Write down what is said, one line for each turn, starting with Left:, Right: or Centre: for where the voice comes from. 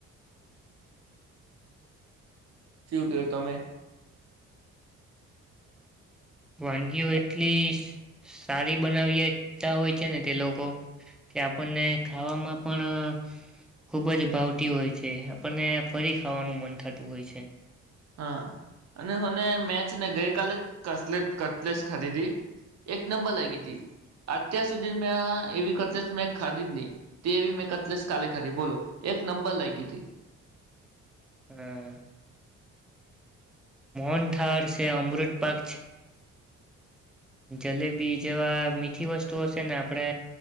Right: શું ક્યું તમે
Centre: વાનગીઓ એટલી સારી બનાવી હોય છે ને તે લોકો કે આપણને ખાવામાં પણ ખુબ જ ભાવતી હોય છે આપણને ફરી ખાવાનું મન થતું હોય છે
Right: હા અને મને મેચ ને ગઈ કલે કટલેસ ખાધધી એક નંબર લાગી હતી અત્યાર સુધી મેં એવી કતલેસ મેં ખાધ નહી તે એવી મેં કતલેસ કાલે ખાધી બોલો એક નંબર લાગી હતી
Centre: હમ મોહનથાડ છે અમૃત પાક છે જલેબીજ જેવા મીઠી વસ્તુઓ છે ને આપણે